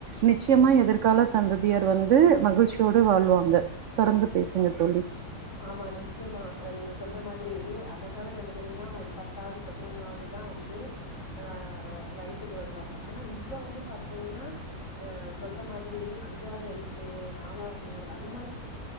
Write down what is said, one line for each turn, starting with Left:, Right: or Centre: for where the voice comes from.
Right: நிச்சயம க்கியமா எதிர்கால சந்ததியார் வந்து மகிழ்ச்சியோடு வாழ்வாங்க தொடர்ந்து பேசுங்க தோழி
Left: ஆமா நிச்சயமா நீங்க சொல்ற மாதிரி அந்த கால கட்டத்துலல்லா ஒரு பத்தாவது பதினொன்னாவதுதான் வந்து ஆஹ் வயசுக்கு வருவாங்க ஆனா இப்ப வந்து பாத்தீங்கன்னா அஹ் சொல்ற மாதிரி அஞ்சாவது வயசுலேயே நாலாவது அந்த மாதிரிப்